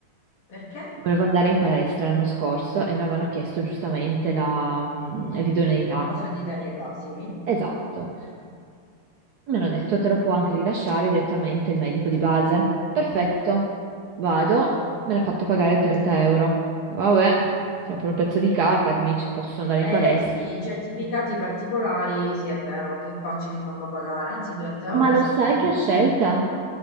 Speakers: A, on the left; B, on the right.
A: Perché?
B: Volevo andare in palestra l'anno scorso e mi avevano chiesto giustamente la, mm, l'idoneità.
A: Cosa di età, sì?
B: Esatto. Mi hanno detto, te lo può anche rilasciare direttamente il medico di base. Perfetto, vado, me l'ha fatto pagare 30 euro. Vabbè, c'è pure un pezzo di carta che mi dice posso andare
A: Eh
B: in palestra.
A: sì, i certificati particolari, sì, è vero, anche qua ce li fanno pagare, anzi 30 euro
B: Ma
A: mi
B: lo
A: sembrano
B: sai che
A: pochi,
B: è a scelta?